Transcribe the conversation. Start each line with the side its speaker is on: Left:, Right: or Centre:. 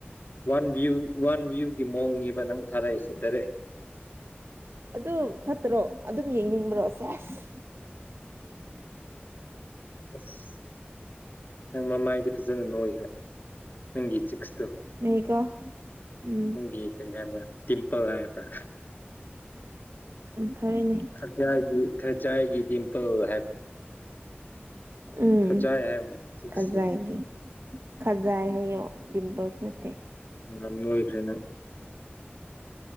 Left: ꯋꯥꯟ ꯚꯤꯌꯨ ꯋꯥꯟ ꯚꯤꯌꯨꯒꯤ ꯃꯑꯣꯡꯅꯤꯕ ꯅꯪ ꯊꯥꯔꯛꯏꯁꯦ ꯗꯥꯏꯔꯦꯛ
Right: ꯑꯗꯨ ꯐꯠꯇ꯭ꯔꯣ ꯑꯗꯨꯝ ꯌꯦꯡꯅꯤꯡꯕ꯭ꯔꯣ ꯁꯦꯁ
Left: ꯑꯁ ꯅꯪ ꯃꯃꯥꯏꯗꯤ ꯐꯖꯅ ꯅꯣꯏꯒ꯭ꯔꯦ ꯅꯪꯒꯤ ꯆꯤꯛꯁꯇꯣ
Right: ꯅꯩꯀꯣ ꯎꯝ
Left: ꯅꯪꯒꯤ ꯀꯔꯤ ꯍꯥꯏꯕꯔꯥ ꯇꯤꯝꯄꯜ ꯍꯥꯏꯕꯔꯥ
Right: ꯎꯝ ꯐꯔꯦꯅꯦ
Left: ꯈꯖꯥꯏꯒꯤ ꯈꯖꯥꯏꯒꯤ ꯗꯤꯝꯄꯜ ꯍꯥꯏꯕꯗꯣ
Right: ꯎꯝ
Left: ꯈꯖꯥꯏ ꯍꯥꯏꯕ꯭ꯔꯥ ꯆꯤꯛꯁꯁꯦ
Right: ꯈꯖꯥꯏꯒꯤ ꯈꯖꯥꯏ ꯍꯥꯏꯌꯣ ꯇꯤꯝꯄꯜꯁ ꯅꯠꯇꯦ
Left: ꯎꯝ ꯅꯣꯏꯈ꯭ꯔꯦ ꯅꯪ